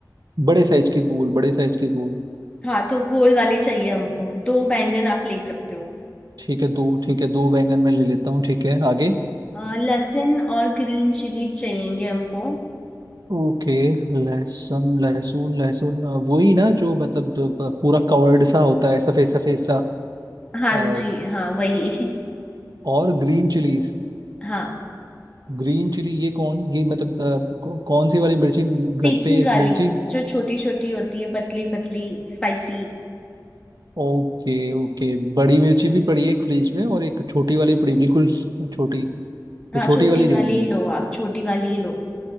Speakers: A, on the right (about 65°); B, on the left (about 15°).
A: बड़े साइज के गोल बड़े साइज के गोल
B: हाँ तो गोल वाले चाहिए हमको दो बैंगन आप ले सकते हो
A: ठीक है दो ठीक है दो बैंगन मैं ले लेता हूँ ठीक है आगे
B: अ, लहसुन और ग्रीन चिलीज चाहिएंगे हमको
A: ओके लहसुन लहसुन लहसुन अ, वही ना जो मतलब जो प- पूरा कवर्ड सा होता है सफेद सफेद
B: हाँ
A: सा
B: जी हाँ वही
A: और ग्रीन चिलीज
B: हाँ
A: ग्रीन चिली ये कौन ये मतलब अ, कौ, कौन सी वाली मिर्ची घर
B: तीखी
A: पे
B: वाली
A: मिर्ची
B: जो छोटी छोटी होती है पतली पतली स्पाइसी
A: ओके ओके बड़ी मिर्ची भी पड़ी है एक फ्रिज में और एक छोटी वाली पड़ी बिल्कुल छोटी तो
B: हाँ
A: छोटी
B: छोटी
A: वाली लेनी
B: वाली ही
A: है
B: लो आप छोटी वाली ही लो